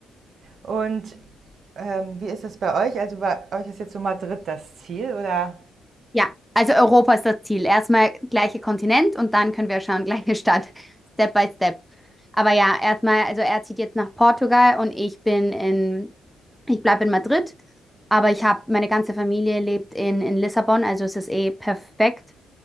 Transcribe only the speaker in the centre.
Ja, also Europa ist das Ziel. Erstmal gleiche Kontinent und dann können wir schauen, gleiche Stadt, <laughs> Step by Step. Aber ja, erstmal, also er zieht jetzt nach Portugal und ich bin in, ich bleibe in Madrid, aber ich habe, meine ganze Familie lebt in, in Lissabon, also es ist eh perfekt.